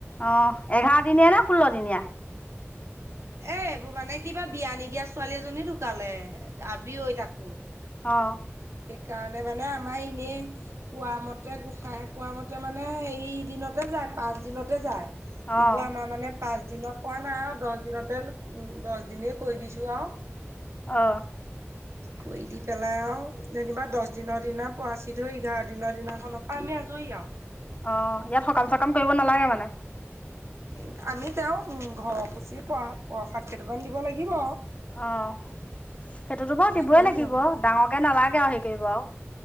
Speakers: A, on the left; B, on the right.
A: অ', এঘাৰ দিনিয়া নে ষোল্ল দিনিয়া!
B: এ, এইবোৰ মানে কিবা বিয়া নিদিয়া ছোৱালী এজনী ঢুকালে, আবিঐ তাকো।
A: অ।
B: সেই কাৰণে মানে আমাৰ এনেই কোৱা মতে, গোঁসাই কোৱা মতে মানে, হেই দিনতে যায়, পাঁচ দিনতে যায়। কিন্তু
A: অঁ
B: আমাৰ মানে। পাঁচ দিনত পোৱা নাই আৰু দছ দিনতে দছ দিনে কৈ দিছো আৰু।
A: অ
B: কৰি দি পেলাই আৰু। যেনিবা দহ দিনৰ দিনা পৰাচিত হৈ‌, এঘাৰ দিনৰ দিনাখনৰ‌ পৰা আমি আজৰি আৰু।
A: অ 'ইয়াত সকাম -চকাম কৰিব নালাগে মানে।
B: উ, আমি যাওঁ উম, ঘৰ সুচি প্ৰসাদ -প্ৰসাদ কেইটামান দিব লাগিব আৰু।
A: অ 'সেইটোতো বাৰু
B: তেনেকে
A: দিবই লাগিব।
B: নিয়মটো
A: ডাঙৰকে নালাগে আৰু হেৰি কৰিব আৰু।